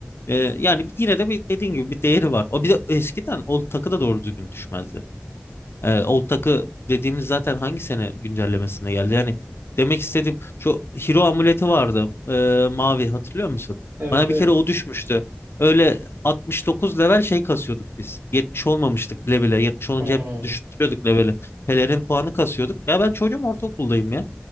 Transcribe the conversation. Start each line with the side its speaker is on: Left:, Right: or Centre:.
Left: e, yani yine de bir dediğin gibi bir değeri var. O bir de eskiden old takı da doğru düzgün düşmezdi. E, Old Tak'ı dediğimiz zaten hangi sene güncellemesinde geldi? Yani demek istediğim şu Hero amuleti vardı. e, mavi hatırlıyor musun?
Right: Evet
Left: Bana bir
Right: evet.
Left: kere o düşmüştü. Öyle 69 level şey kasıyorduk biz. 70 olmamıştık bile bile. 70 olunca
Right: Hmm.
Left: hep düşürüyorduk leveli. Pelerin puanı kasıyorduk. Ya ben çocuğum ortaokuldayım ya.